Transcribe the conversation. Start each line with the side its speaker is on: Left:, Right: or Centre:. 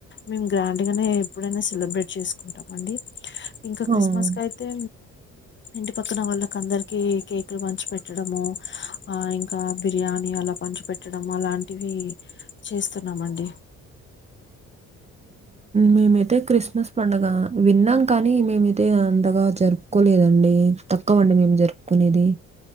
Left: మేము గ్రాండ్ గానే ఎప్పుడైనా సెలబ్రేట్ చేసుకుంటాం అండి ఇంకా క్రిస్మస్కీ
Right: ఆ!
Left: అయితే ఇంటి పక్కన వాళ్ళకి అందరికి కేక్లు పంచి పెట్టడము ఆ ఇం ఇంకా బిర్యానీ అలా పంచు పెట్టడం అలాంటివి చేస్తున్నామండి
Right: మేమైతే క్రిస్మస్ పండగ విన్నాం కానీ మేమైతే అందగా జరుపుకో తలేదండి తక్కువండి మేము జరుపుకునేది